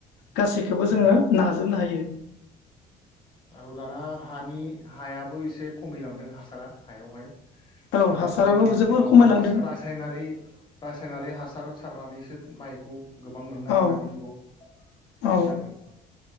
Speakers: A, on the left; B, on the left.
A: गासैखौबो
B: उम
A: जोङो नाजोबनो हायो
B: आरो दाना हानि हायाबो एसे खमिलांदों हासारा हायावहाय दानाथ'
A: औ हासाराबो
B: नै एखे
A: जोबोर
B: माबा
A: खमायलांदों
B: रासा-रासायनारि रासायनारि हासार सारनानैसो माइखौ गोबां मोननो हायो
A: औ
B: दानि जुगाव
A: औ
B: बे जादों